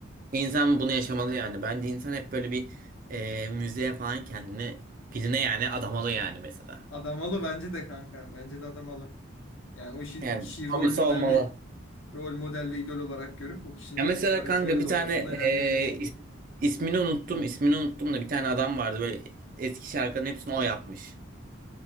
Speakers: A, on the right; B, on the left.
A: İnsan bunu yaşamalı yani. Bence insan hep böyle bir e, müzeye falan kendini birine yani adamalı yani mesela.
B: Adamalı bence de kanka. Bence de adamalı. Yani o işi,
A: Yani
B: kişiyi
A: hobisi
B: rol model
A: olmalı.
B: ve rol model ve idol olarak görüp o kişinin
A: Ya mesela
B: öğretileri
A: kanka bir
B: doğrultusunda
A: tane
B: ilerleyebilir.
A: e, is- ismini unuttum ismini unuttum da bir tane adam vardı böyle eski şarkıların hepsini o yapmış.